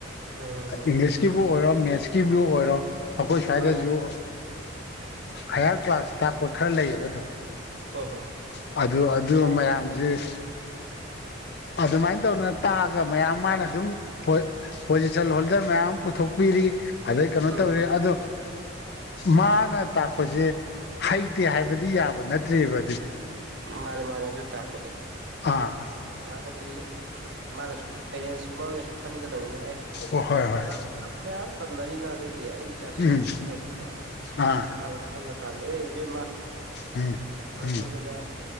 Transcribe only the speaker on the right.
ꯎꯝ ꯍꯝ ꯍꯝ
ꯃꯥꯅꯦ
ꯍꯣꯏ ꯍꯣꯏ
ꯑꯥ
ꯎꯝ
ꯍꯝ
ꯃꯥꯅꯦ ꯃꯥꯅꯦ ꯑꯗꯨꯅ ꯇꯥꯛꯄꯗꯤ
ꯑꯗꯨꯏꯇꯥꯔꯒꯗꯤ ꯃꯥꯅꯁꯨ <unintelligible> ꯄꯦꯔꯦꯟꯁ ꯃꯣꯏꯅꯁꯨ ꯈꯟꯒꯗꯧꯅꯦ ꯑꯦ
ꯑꯉꯥꯡ ꯃꯌꯥꯝ ꯃꯌꯥꯝ ꯇꯝꯅꯔꯤꯅ ꯑꯗꯨꯏꯗꯤ ꯑꯩ ꯏꯆꯥꯁꯤꯅ
ꯍꯥꯏꯔꯤꯁꯤꯅ ꯀꯔꯤꯅꯣ
ꯍꯥꯢꯕꯗꯣ ꯈꯜꯂ ꯀꯥꯟꯗ ꯍꯦ ꯏꯕꯦꯝꯃ
ꯁꯨꯃꯥꯏ
ꯇꯧꯗꯅ